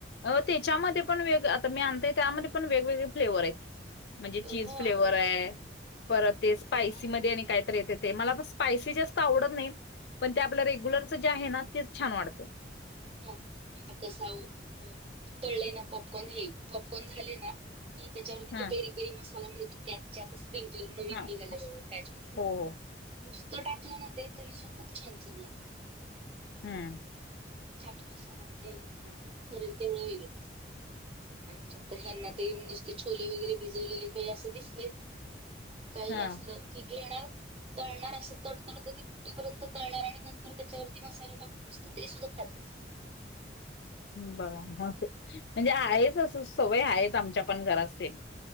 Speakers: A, on the left; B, on the right.
A: अ त्याच्यामध्ये पण वेग आता मी आणतोय त्यामध्ये पण वेगवेगळे फ्लेवर आहेत. म्हणजे चीज
B: हो
A: फ्लेवर
B: आपणच
A: आहे परत ते स्पायसी
B: त्या
A: मध्ये आणि कायतरी येते ते मला ब स्पायसी जास्त आवडत नाही, पण ते आपलं रेग्युलरच जे आहे ना तेच छान वाटतं.
B: हो आता कसं तळलेला पॉपकॉर्न हे पॉपकॉर्न झाले ना कि त्याच्यावर
A: हा
B: ते पेरी तीळ मसाला मिळतो कॅचाप चे आता स्प्रिंग जेल नवीन
A: हा
B: निघाला
A: हो
B: कॅच मसाला.
A: हो
B: नुसतं टाकलं नां ते तरी सो खूंप छान चाललां
A: हम्मं
B: चाट मसांला खरेल ते मिळेल आमच्या तरं हेना ते म्हणजे ते छोले वगैरें भिजवलेले कांहीं असं दिसतंय कांहीं
A: हा
B: असलं की घेणारं तळणांर असं तुटतं नां तरं फुठेपर्यंत तळणांर आणि नंतर त्यांच्यावरची मसाले टाकूंन नसतं ते सुद्धां खातांत
A: बघां मंग म्हणजे आहेचं असं सवयं आहेचं आमच्या पणं घरांत सेम